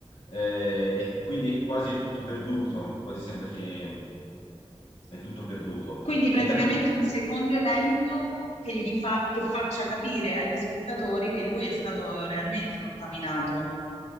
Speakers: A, on the left; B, on the left.
A: eh, e quindi quasi è tutto perduto, quasi sembra che è tutto perduto.
B: Quindi praticamente
A: E da qui,
B: un secondo evento che gli fa, che faccia capire agli spettatori che lui è stato realmente contaminato.